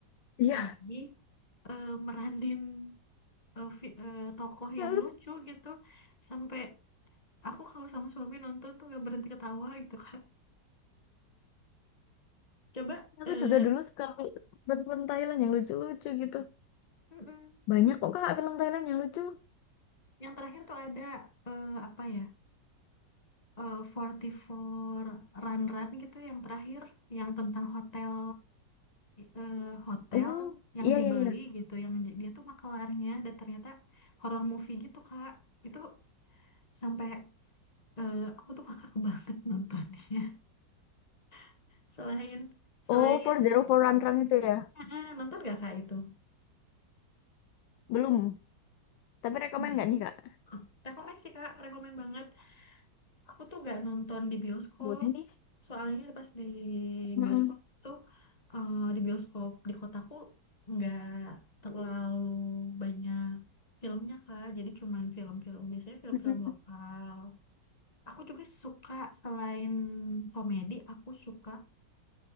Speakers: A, on the left; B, on the left.
A: Iya.
B: lagi eh, meranin eh, fi- eh, tokoh
A: <laughs>
B: yang lucu gitu sampai aku kalau sama suami nonton tuh gak berhenti ketawa gitu Kak. Coba
A: Aku
B: eh,
A: juga dulu suka fil- film Thailand yang lucu-lucu gitu.
B: mm-mm.
A: Banyak kok kak film Thailand yang lucu.
B: Yang terakhir tuh ada eh, apa ya? Eh, 44 Run Run gitu yang terakhir yang tentang hotel eh, hotel
A: Oh,
B: yang
A: iya
B: dibeli
A: iya iya.
B: gitu yang j- dia tuh makelarnya dan ternyata horror movie gitu Kak. Itu sampai eh, aku tuh kakak banget nontonnya. <laughs> Selain selain
A: Oh, 404 Run Run itu ya?
B: Ah, ah, nonton gak Kak itu?
A: Belum. Tapi rekomen
B: Belum ya?
A: nggak nih kak?
B: Ah, Rekomen sih Kak, rekomen banget. Aku tuh gak nonton di bioskop.
A: Boleh nih.
B: Soalnya pas di
A: Mm-mm.
B: bioskop tuh eh, di bioskop di kotaku nggak terlalu banyak filmnya Kak. Jadi cuman film-film biasanya
A: <laughs>
B: film-film
A: Mm-mm.
B: lokal. Aku juga suka selain komedi, aku suka